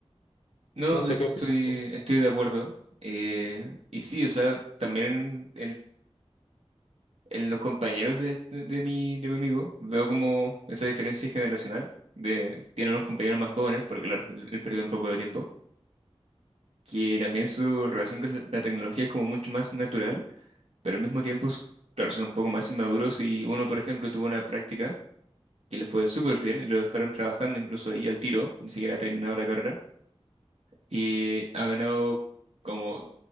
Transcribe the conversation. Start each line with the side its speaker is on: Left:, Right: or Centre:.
Right: No,
Left: No sé
Right: de hecho
Left: qué opinas
Right: estoy,
Left: tú.
Right: estoy de acuerdo. Eh, y sí, o sea, también en los compañeros de, de- de mi, de mi amigo veo como esa diferencia generacional. De, tiene unos compañeros más jóvenes, porque claro, él él perdió un poco de tiempo, que también su relación con la la tecnología es como mucho más natural, pero al mismo tiempo, s- claro, son un poco más inmaduros y uno, por ejemplo, tuvo una práctica que le fue súper bien y lo dejaron trabajando incluso ahí al tiro, ni siquiera ha terminado la carrera, y ha ganado como